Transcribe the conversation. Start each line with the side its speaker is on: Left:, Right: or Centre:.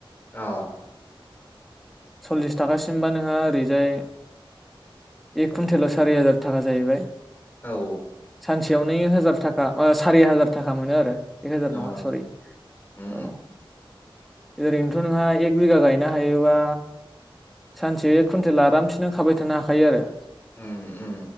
Left: ओ
Centre: सल्लिस थाखासिमबा नोंहा ओरैजाय एक कुन्टेलाव सारि हाजार थाखा जाहैबाय
Left: औ
Centre: सानसेयावनो एक हाजार थाखा ओ सारि हाजार थाखा मोनो आरो एक हाजार
Left: अ
Centre: नङा सरि
Left: उम
Centre: औ ओरै नोथ' नोंहा एक बिगा गायनो हायोबा सानसे एक कुन्टेल आरामसेनो खाबाय थानो हाखायो आरो
Left: उम उम